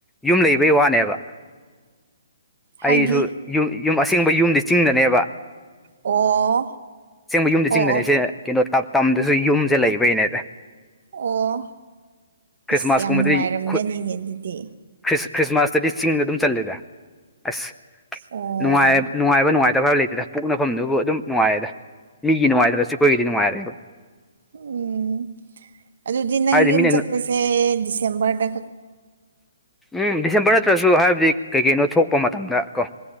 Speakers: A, in the centre; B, on the right (about 65°).
A: ꯌꯨꯝ ꯂꯩꯕꯩ ꯋꯥꯅꯦꯕ꯫
B: ꯍꯥꯏꯗꯤ
A: ꯑꯩꯁꯨ ꯌꯨꯝ ꯌꯨꯝ ꯑꯁꯦꯡꯕ ꯌꯨꯝꯗꯤ ꯆꯤꯡꯗꯅꯦꯕ꯫
B: ꯑꯣ
A: ꯑꯁꯦꯡꯕ ꯌꯨꯝꯗꯤ
B: ꯑꯣ
A: ꯆꯤꯡꯗꯅꯦꯁꯦ
B: ꯑꯣ
A: ꯀꯩꯅꯣ ꯇꯝ ꯇꯝꯗꯁꯨ ꯌꯨꯝꯁꯦ ꯂꯩꯕꯩꯅꯦꯗ꯫
B: ꯑꯣ
A: ꯈ꯭ꯔꯤꯁꯃꯥꯁꯀꯨꯝꯕꯗꯤ
B: ꯑꯁ ꯌꯥꯝ ꯅꯨꯡꯉꯥꯏꯔꯝꯒꯅꯤꯅꯦ
A: ꯈꯨ
B: ꯑꯗꯨꯗꯤ
A: ꯈ꯭ꯔꯤꯁ ꯈ꯭ꯔꯤꯁꯃꯥꯁꯇꯗꯤ ꯆꯤꯡꯗ ꯑꯗꯨꯝ ꯆꯜꯂꯦꯗ꯫ ꯑꯁ
B: ꯑꯣ
A: ꯅꯨꯡꯉꯥꯏ ꯅꯨꯡꯉꯥꯏꯕ ꯅꯨꯡꯉꯥꯏꯇꯕ ꯍꯥꯏꯕ ꯂꯩꯇꯦꯗ ꯄꯣꯛꯅꯐꯝꯗꯨꯕꯨ ꯑꯗꯨꯝ ꯅꯨꯡꯉꯥꯏꯌꯦꯗ꯫ ꯃꯤꯒꯤ ꯅꯨꯡꯉꯥꯏꯇ꯭ꯔꯁꯨ ꯑꯩꯈꯣꯏꯒꯤꯗꯤ ꯅꯨꯡꯉꯥꯏꯔꯦꯕ
B: ꯎꯝ꯫ ꯑꯗꯨꯗꯤ ꯅꯪ
A: ꯍꯥꯏꯗꯤ
B: ꯌꯨꯝ
A: ꯃꯤꯅ
B: ꯆꯠꯄꯁꯦ ꯗꯤꯁꯦꯝꯕꯔꯗ ꯈꯛ
A: ꯎꯝ ꯗꯤꯁꯦꯝꯕꯔ ꯅꯠꯇ꯭ꯔꯁꯨ ꯍꯥꯏꯕꯗꯤ ꯀꯩ ꯀꯩꯅꯣ ꯊꯣꯛꯄ ꯃꯇꯝꯗ ꯀꯣ꯫